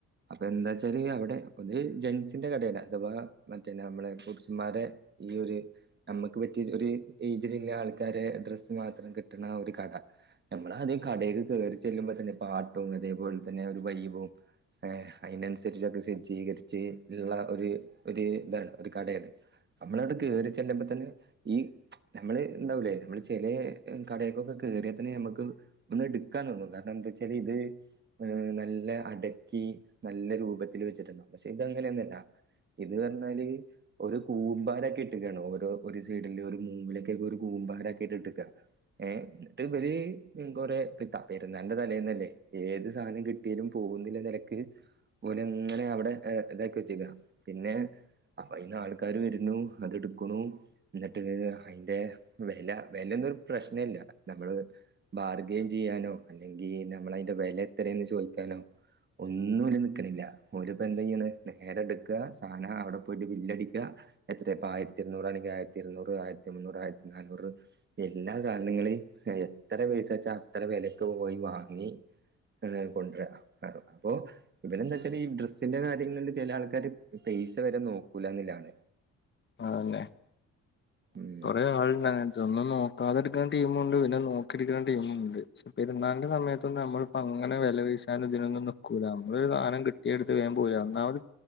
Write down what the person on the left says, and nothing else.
ആന്നെ
കൊറെേ ആള്ണ്ട് അങ്ങനെ ഇതൊന്നും നോക്കാതെ എടുക്കണ ടീമുണ്ട് പിന്നെ നോക്കിയെടുക്കണ ടീമുണ്ട് പെരുന്നാളിന്റെ സമയത്തൊന്നും നമ്മളിപ്പോ അങ്ങന വെല വീശാൻ ഇതിനൊന്നും നക്കൂല്ല നമ്മള് ഒരു സാധനം കിട്ടും തട്ടിയെടുത്ത് വേം പോര ഒന്നാമത്